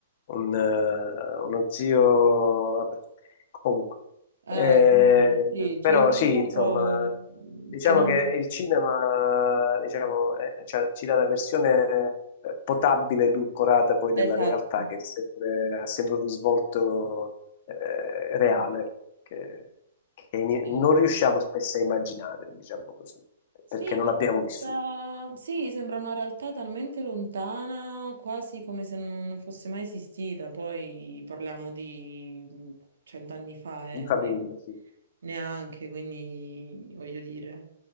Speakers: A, on the left; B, on the right.
A: un, eh, uno zio, vabbè, comunque.
B: Eh,
A: Eh,
B: quindi sì,
A: però
B: ci rendiamo
A: sì,
B: conto
A: insomma,
B: eh,
A: diciamo
B: che non...
A: che il cinema, diciamo, eh, cioè, ci dà una versione eh, potabile, edulcorata poi della
B: Esatto.
A: realtà che è sempre- ha sempre un risvolto eh, reale che, che in-
B: Sì,
A: non riusciamo spesso a immaginare, diciamo così,
B: Sì,
A: perché non
B: per-
A: l'abbiamo vissuto
B: eh, sì, sembra una realtà talmente lontana, quasi come se non fosse mai esistita. Poi parliamo di mm, cent'anni fa, eh,
A: in
B: non
A: famiglia,
B: è
A: sì.
B: neanche, quindi voglio dire.